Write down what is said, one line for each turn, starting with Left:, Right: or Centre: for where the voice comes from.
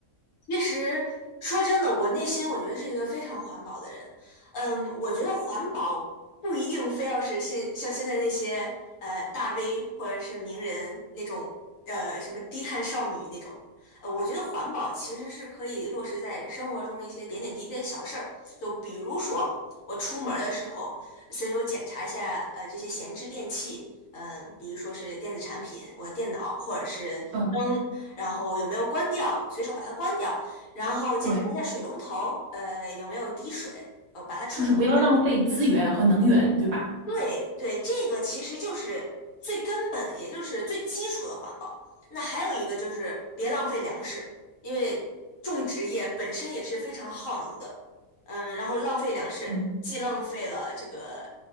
Left: 其实说真的，我内心我觉得是一个非常环保的人。嗯，我觉得环保不一定非要是现像现在那些呃大 V 或者是名人那种呃什么低碳少女那种。呃，我觉得环保其实是可以落实在生活中一些点点滴滴的小事儿，就比如说我出门儿的时候随手检查一下呃这些闲置电器，嗯、比如说是电子产品，我的电脑或者是灯。
Right: 嗯，
Left: 然后有没有关掉，随手把它关掉，然后检查一下水龙头，
Right: 对，
Left: 呃，有没有滴水，呃，把它彻底的拧紧。
Right: 就是不要浪费资源和能源，对吧？
Left: 对对，这个其实就是最根本，也就是最基础的环保。那还有一个就是别浪费粮食，因为种植业本身也是非常耗能的。嗯，然后浪费粮食，
Right: 嗯。
Left: 既浪费了这个